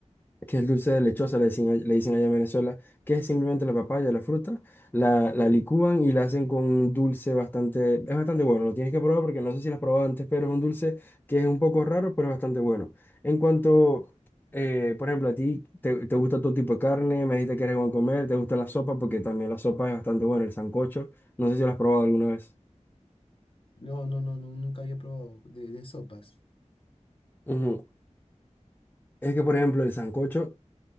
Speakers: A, on the left (about 15°); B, on the left (about 45°).
A: que es el dulce de lechosa, le dicen, all- le dicen allá en Venezuela, que es simplemente la papaya, la fruta, la, la licúan y la hacen con un dulce bastante, es bastante bueno. Lo tienes que probar porque no sé si lo has probado antes, pero es un dulce que es un poco raro, pero es bastante bueno. En cuanto, eh, por ejemplo, a ti, te, te gusta todo tipo de carne, me dijiste que eres buen comer, te gusta la sopa, porque también la sopa es bastante buena, el sancocho, no sé si lo has probado alguna vez.
B: No, no, no, no, nunca había probado de, de sopas.
A: Ujú. Es que, por ejemplo, el sancocho